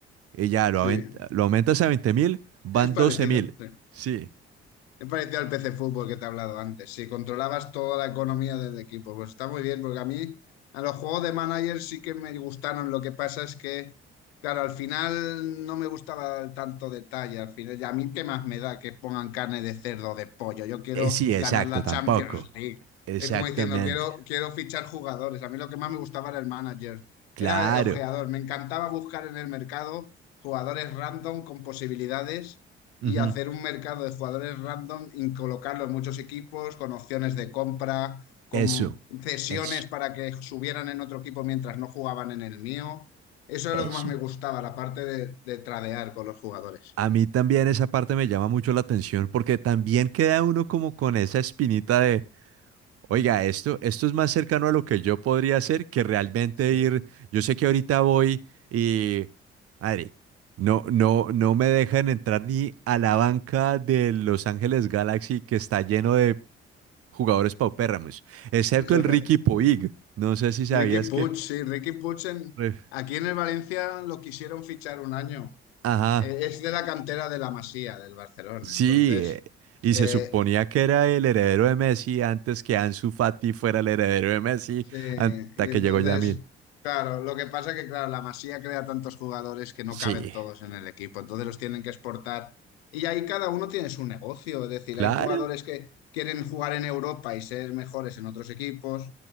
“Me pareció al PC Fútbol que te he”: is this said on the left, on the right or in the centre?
Left